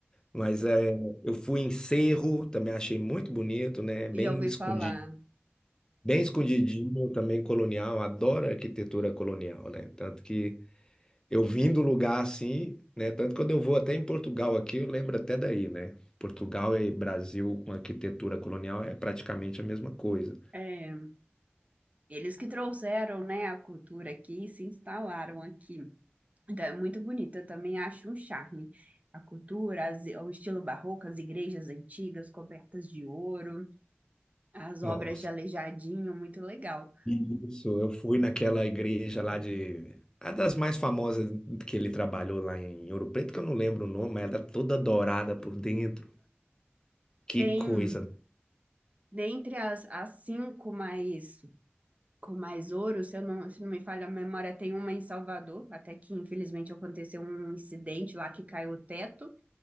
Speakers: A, on the left; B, on the right.
A: mas é, eu fui em Cerro, também achei muito bonito, né? Bem
B: Já ouvi
A: escondido,
B: falar.
A: bem escondidinho, também colonial, adoro arquitetura colonial, né? Tanto que eu vim do lugar assim, né? Tanto que quando eu vou até em Portugal aqui, eu lembro até daí, né? Portugal e Brasil com arquitetura colonial é praticamente a mesma coisa.
B: É, eles que trouxeram, né, a cultura aqui, e se instalaram aqui. Então, é muito bonito, eu também acho um charme. A cultura, as- o estilo barroco, as igrejas antigas cobertas de ouro, as obras
A: Nossa.
B: de Aleijadinho, muito legal.
A: Isso, eu fui naquela igreja lá de. A das mais famosas que ele trabalhou lá em Ouro Preto, que eu não lembro o nome, mas ela tá toda dourada por dentro. Que
B: Tem,
A: coisa.
B: dentre as, as cinco mais, com mais ouro, se eu não, se não me falha a memória, tem uma em Salvador, até que infelizmente aconteceu um incidente lá que caiu o teto.